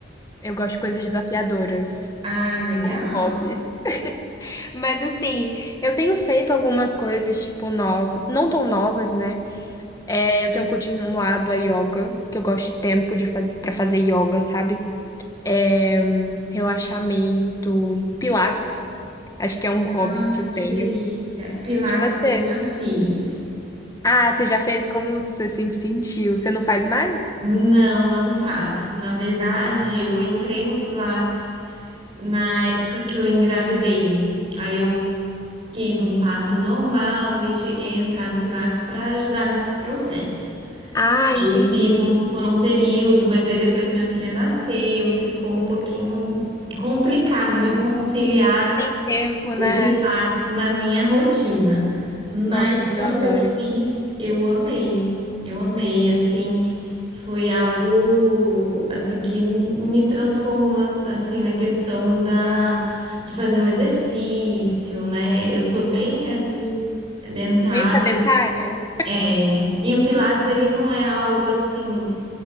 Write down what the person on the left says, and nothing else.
Eu gosto de coisas desafiadoras.
Hobbies. Mas assim, eu tenho feito algumas coisas, tipo, novas, não tão novas, né? É, eu tenho continuado a yoga, que eu gosto de tempo de faz... para fazer yoga, sabe? É, relaxamento, pilates. Acho que é um hobby
que eu
tenho.
E você?
Ah, você já fez como você se sentiu? Você não faz mais?
Ah,
entendi.
Tem tempo,
né?
Nossa, mas
eu adoro.
Uhum.
Bem sedentária?